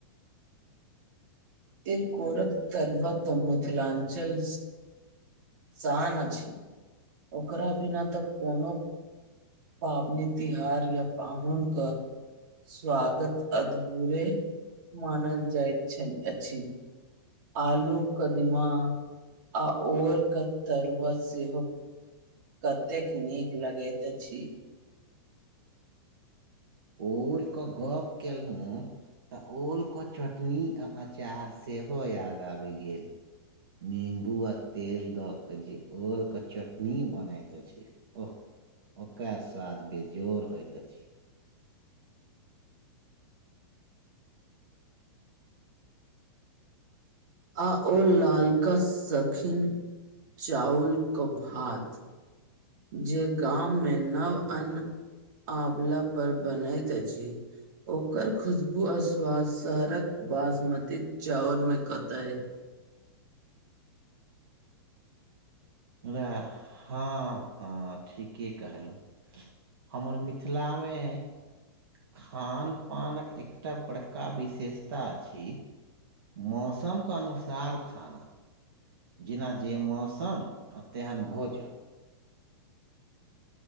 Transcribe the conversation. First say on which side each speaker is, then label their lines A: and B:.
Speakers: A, on the right; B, on the right.
A: तिलकोरक तरूवा त मिथलांचल शान अछि, ओकरा बिना तऽ कोनो पावनि तिहार या पाहुन क स्वागत अधूरे मानल जाइत छैन अछि। आलू कदिमा आ ओल क तरुआ सेहो कतेक नीक लगैत अछि।
B: ओलके गप केलहुँ। तऽ ओल के चटनी आ अचार सेहो याद आबि गेल। निंबू आ तेल द के जे ओल के चटनी बनैत अछि। ओह ओकर स्वाद बेजोर होइत अछि।
A: आ ओ लालका सखीन चाउर के भात। जे गाममे नव अन्न आवला पर बनैत अछि। ओकर खुशबू आ स्वाद शहरक बासमती चाउर में कते।
B: उए हँ हँ ठीके कहलुँ। हमर मिथिला मे। खान पानक एकटा बड़का विशेषता अछि। मौसमके अनुसार खाना। जेना जे मौसम आ तेहन भोजन।